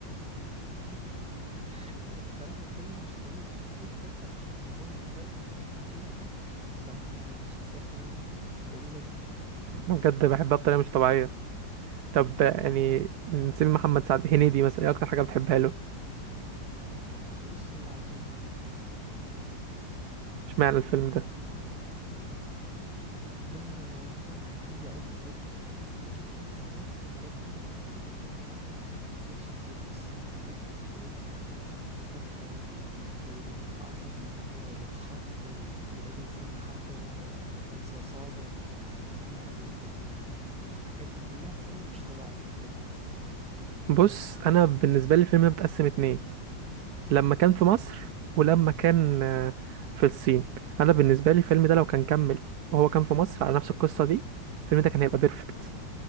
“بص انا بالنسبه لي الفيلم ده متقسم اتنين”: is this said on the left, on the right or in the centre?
Right